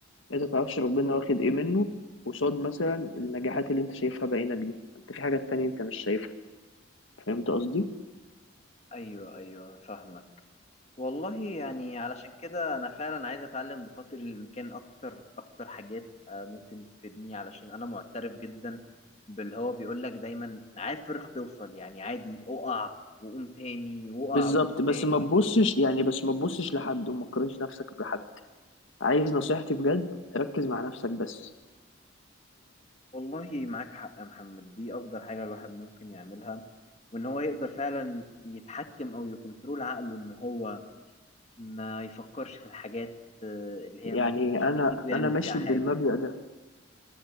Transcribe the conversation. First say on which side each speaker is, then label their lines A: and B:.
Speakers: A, on the left; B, on the left.
A: انت متعرفش ربنا واخد ايه منه قصاد مثلا النجاحات اللي انت شايفها بعينك دي انت في حاجات تانية انت مش شايفها فهمت قصدي
B: ايوه ايوه فاهمك والله يعني علشان كده انا فعلا عايز اتعلم بخاطر المكان اكتر اكتر حاجات آه، ممكن تفيدني علشان انا معترف جدا باللي هو بيقول لك دايما عافر هتوصل يعني عادي اقع وقوم تاني واقع
A: بالظبط
B: وقوم
A: بس
B: تاني
A: ما تبصش يعني بس ما تبصش لحد وما تقارنش نفسك بحد عايز نصيحتي بجد ركز مع نفسك بس
B: والله معاك حق يا محمد دي افضل حاجة الواحد ممكن يعملها وان هو يقدر فعلا يتحكم او يكنترول عقله ان هو ما يفكرش في الحاجات آه، اللي
A: يعني
B: هي مش
A: انا
B: بايده يعمل
A: انا ماشي
B: فيها حاجة
A: بالمبدأ ده